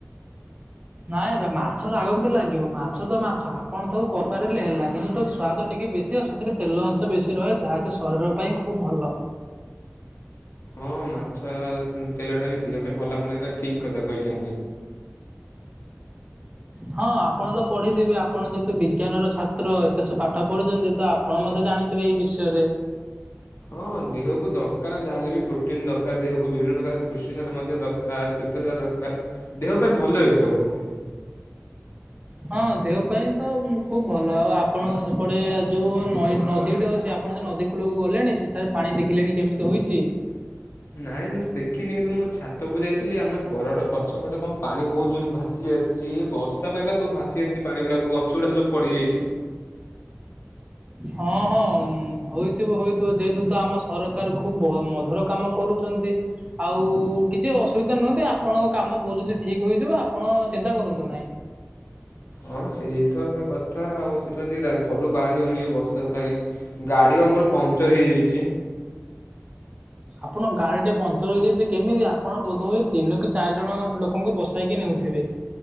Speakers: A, on the right; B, on the left.
A: ନାଇଁ ଦେଖ ମାଛ ରାଗ କେମତି ଲାଗିବ ମାଛ ତ ମାଛ ଆପଣ ତାକୁ କରିପାରିଲେ ହେଲା କିନ୍ତୁ ତା ସୁଆଦ ଟିକେ ବେଶୀ ଆ ସେଥିରେ ତେଲ ଅଂଶ ବେଶୀ ରହେ ଯାହାକି ଶରୀର ପାଇଁ ଖୁବ୍ ଭଲ।
B: ହଁ ମାଛ ତେଲଟା ବି ଦିହ ପାଇଁ ଭଲ ଆପଣ ଏଇଟା ଠିକ୍ କଥା କହିଛନ୍ତି।
A: ହଁ ଆପଣ ତ ପଢ଼ିଥିବେ ଆପଣ ଯେହେତୁ ବିଜ୍ଞାନର ଛାତ୍ର ଏତେ ସବୁ ପାଠ ପଢ଼ିଛନ୍ତି ତ ଆ ଆପଣ ମଧ୍ୟ ଜାଣିଥିବେ ଏଇ ବିଷୟରେ।
B: ହଁ ଦେହକୁ ଦରକାର ଯାହେଲେ ବି ପ୍ରୋଟିନ ଦରକାର ଦେହକୁ ବିଭିନ୍ନ ପ୍ରକାର ପୁଷ୍ଟି ସାର ମଧ୍ୟ ଦର କାର ଶ୍ୱେତସାର ଦକାର ଦେହ ପାଇଁ ଭଲ ଏ ସବୁ।
A: ହଁ ଦେହ ପାଇଁ ତ ଖୁବ୍ ଭଲ ଆଉ ଆପଣଙ୍କ ସେପଟେ ଯୋଉ ନଈ ନଦୀଟେ ଅଛି ଆ ଆପଣ ସେ ନଦୀ କୂଳକୁ ଗଲେଣି ସେଠାରେ ପାଣି ଦେଖିଲେଣି କେମିତି ହୋଇଛି‌?
B: ନାଇଁ ମୁଁ ତ ଦେଖିନି କିନ୍ତୁ ମୋ ଛାତକୁ ଯାଇଥିଲି ଆମ ଏ ବରଗଡ଼ ପଛପଟେ କଣ ପାଣି ବହୁତ ଜୋରେ ଭା ସିଏ ସିଏ ବର୍ଷା ପାଇଁ ବା ସବୁ ଭାସି ଆସିଛି ପାଣି ଗୁଡ଼ାକ ଗଛ ଗୁଡ଼ାକ ସବୁ ପଡ଼ିଯାଇଛି।
A: ହଁ ହଁ ଉମ୍ ହୋଇଥିବ ହୋଇଥିବ ଯେହେତୁ ତ ଆମ ସରକାର ଖୁବ ଭ ମଧୁର କାମ କରୁଚନ୍ତି। ଆଉ କିଛି ଅସୁବିଧା ନୁହନ୍ତି ଆପଣଙ୍କ କାମ ବହୁତ ଜଲଦି ଠିକ୍ ହେଇଯିବ ଆପଣ ଚିନ୍ତା କରନ୍ତୁ ନାହିଁ।
B: ହଁ ସେଇ ତ ହେଲା କଥା ଆଉ ସେଥିପାଇଁ ଟିକେ ରା ଘରୁ ବାହାରି ହଉନି ଏଇ ବର୍ଷା ପାଇଁ। ଗାଡ଼ି ବା ମୋର ପଙ୍ଚର୍ ହେଇଯାଇଚି।
A: ଆପଣଙ୍କ ଗାଡ଼ି ଟିଏ ପଙ୍କ୍ଚର ହେଇଯାଇଛି କେମିତି ଆପଣ ବୋଧ ହୁଏ ତିନି କି ଚାରି ଜଣ ଲୋକଙ୍କୁ ବସେଇକି ନେଉଥିବେ।